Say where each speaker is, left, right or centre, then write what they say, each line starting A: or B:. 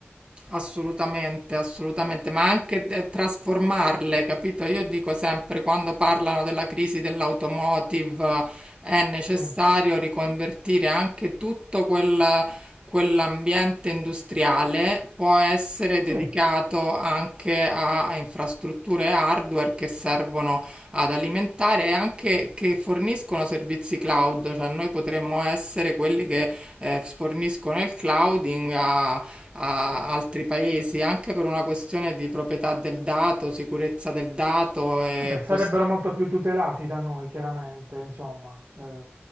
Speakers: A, on the right (about 25°); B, on the right (about 55°).
A: Assolutamente, assolutamente, ma anche eh, trasformarle, capito? Io dico sempre, quando parlano della crisi dell'automotive, eh, è necessario
B: Sì,
A: riconvertire anche tutto quel- quell'ambiente industriale, può essere dedicato
B: sì,
A: anche a, a infrastrutture hardware che servono ad alimentare e anche che forniscono servizi cloud, cioè noi potremmo essere quelli che eh, forniscono il clouding a a altri paesi, anche per una questione di proprietà del dato, sicurezza del dato e
B: Eh Beh, sarebbero
A: possibilità
B: molto più tutelati da noi, chiaramente, insomma. Eh,